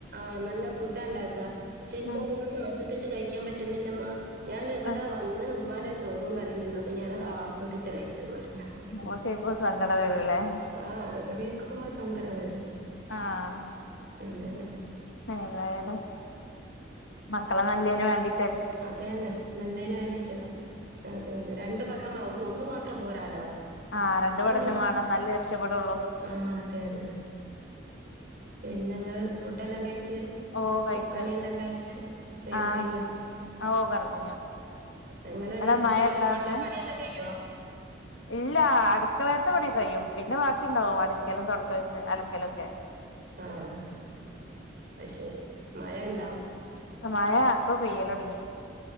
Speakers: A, on the right (about 50°); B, on the left (about 80°).
A: ആ നല്ല ഫുഡ്ഡാണ്ടുക പക്ഷെ എനിക്ക
B: ഉം
A: അതൊന്നും ആസ്വദിച്ച് കഴിക്കാൻ പറ്റുന്നില്ല്മ്മ ഞാൻ എവിടെ
B: അതെ
A: വന്ന് ഉമ്മാന്റെ ചോറും കറിയും തിന്നപ്പൊ ഞാൻ അത് ആസ്വദിച്ചു കഴിച്ചൂ <unintelligible>
B: ഓ കേക്കുമ്പോ സങ്കടം വരൂലേ
A: ആഹ് അതൊക്കെ കേൾക്കുമ്പ സങ്കട വരും
B: ആഹ്
A: പിന്നെ
B: ഏതായാലും മക്കളെ നല്ലേന് വേണ്ടി
A: അതെ തന്നെ നല്ലേന് വേണ്ടീട്ടല്ലേ അതെന്നെ രണ്ട് <unintelligible> ഒന്ന് മാത്രം മാത്രം പോരാലോ
B: ആഹ് രണ്ട് പഠനം
A: എന്താ <unintelligible>
B: വേണം എന്നാലേ രക്ഷപ്പെടുള്ളൂ
A: ആഹ് അതെന്നെ പിന്നെ ഞങ്ങള് ഫുഡ് എല്ലാം കഴിച്ച്
B: ഓ കഴിച്ചു
A: പണിയെല്ലാം കഴിഞ്ഞ് <unintelligible>
B: ആഹ്
A: കഴിഞ്ഞ്
B: ഓ കടന്നു
A: നിങ്ങള് അങ്ങനെ
B: എടാ
A: കുട്ടികൾ
B: മഴ ഉണ്ടായിരുന്നേ
A: പോകുമ്പോഴക്കെ പണിയെല്ലാം കഴിയുവോ
B: ഇല്ല അടുക്കളയത്തെ പണിയൊക്കെ കഴിയും പിന്നെ ബാക്കി ഉണ്ടാവും അടുക്കലും, തോടക്കലും, അലക്കലും ഒക്കെ
A: ആഹ് അത് ശരി മഴ ഉണ്ടോ
B: മയ അപ്പൊ പെയ്യല് തുടങ്ങി